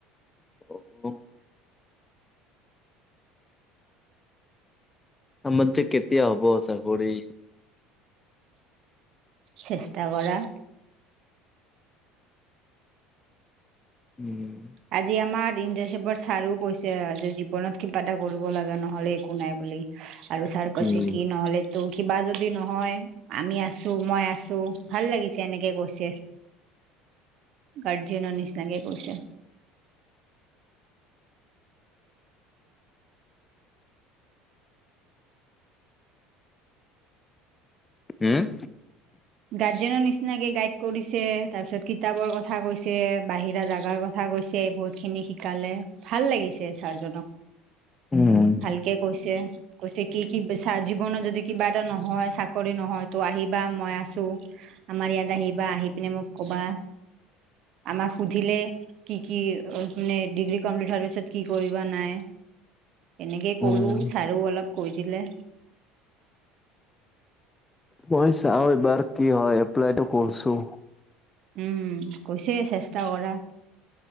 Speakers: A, on the left; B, on the right.
A: অ অ আমাৰ যে কেতিয়া হব চাকৰি?
B: চেষ্টা কৰা।
A: উম।
B: আজি আমাৰ ইণ্টাৰশিপত ছাৰো কৈছে যে জীৱনত কিবা এটা কৰিব লাগে নহলে একো নাই বুলি আৰু ছাৰ কৈছে
A: হম
B: কি নহ'লে ত' কিবা যদি নহয় আমি আছো মই আছো ভাল লাগিছে এনেকে কৈছে গাৰ্জেনৰ নিচিনাকে কৈছে৷
A: উম
B: গাৰ্জেনৰ নিচিনাকে গাইড কৰিছে তাৰপিছত কিতাপৰ কথা কৈছে বাহিৰা জাগাৰ কথা কথা কৈছে বহুত খিনি শিকালে ভাল লাগিছে ছাৰজনক৷
A: উম
B: ভালকে কৈছে৷ কৈছে কি-কি জীৱনৰ যদি কিবা এটা নহয় চাকৰি নহয় তো আহিবা মই আছো আমাৰ ইয়াত আহিবা আহি পিনে মোক কবা৷ আমাক সুধিলে কি-কি মানে ডিগ্ৰী কমপ্লিট হোৱাৰ পিছত কি কৰিবা নাই৷ এনেকে কলো
A: উম
B: ছাৰো অলপ কৈ দিলে৷
A: মই চাও এইবাৰ কি হয় এপ্লাইতটো কৰছো৷
B: উম কৈছে চেষ্টা কৰা